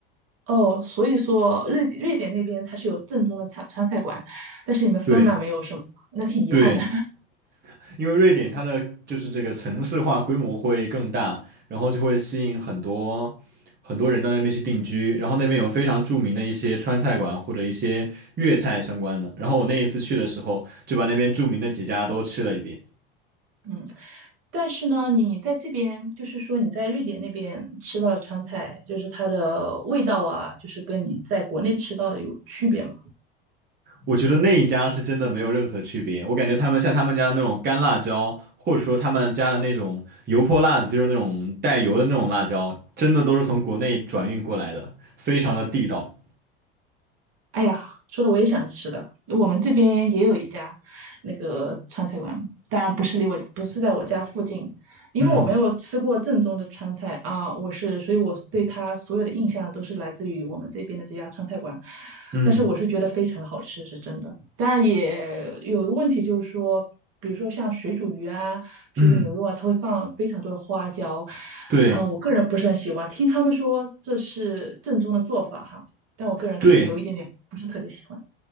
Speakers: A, on the right; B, on the right.
A: 哦，所以说瑞瑞典那边它是有正宗的川川菜馆，但是你们芬兰没有是吗？
B: 对
A: 那挺遗憾的。
B: 对，因为瑞典它的就是这个城市化规模会更大，然后就会吸引很多很多人到那边去定居，然后那边有非常著名的一些川菜馆或者一些粤菜相关的。然后我那一次去的时候，就把那边著名的几家都吃了一遍。
A: <laughs> 嗯。但是呢，你在这边，就是说你在瑞典那边吃到的川菜，就是它的味道啊，就是跟你在国内吃到的有区别嘛。
B: 我觉得那一家是真的没有任何区别，我感觉他们像他们家的那种干辣椒，或者说他们家的那种油泼辣子，就是那种带油的那种辣椒，真的都是从国内转运过来的，非常的地道。
A: 哎呀，说的我也想吃了。我们这边也有一家那个川菜馆，当然不是离我，不是在我家附近，因为我没有吃过正宗的川菜啊，
B: 嗯
A: 我是，所以我对它所有的印象都是来自于我们这边的这家川菜馆。
B: 嗯
A: 但是我是觉得非常的好吃，是真的。当然也有一个问题，就是说，比如说像水煮鱼啊、水煮牛肉啊，
B: 嗯，
A: 它会放非常多的花椒，
B: 对
A: 嗯，我个人不是很喜欢。听他们说这是正宗的做法哈。但我个人可能有一点点不是特别喜欢。
B: 对，